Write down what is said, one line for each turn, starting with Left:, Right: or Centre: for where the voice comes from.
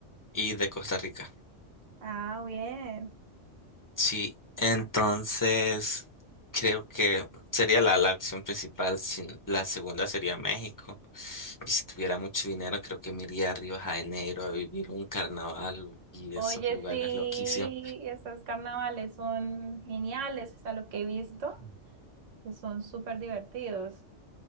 Left: y de Costa Rica.
Right: Ah, bien.
Left: Sí, entonces creo que sería la, la opción principal. sin- la segunda sería México. Y si tuviera mucho dinero, creo que me iría a Río de Janeiro a vivir un carnaval y
Right: Oye,
Left: esos lugares
Right: sí,
Left: loquísimos.
Right: esos carnavales son geniales, o sea, lo que he visto,
Left: Ujú.
Right: que son súper divertidos.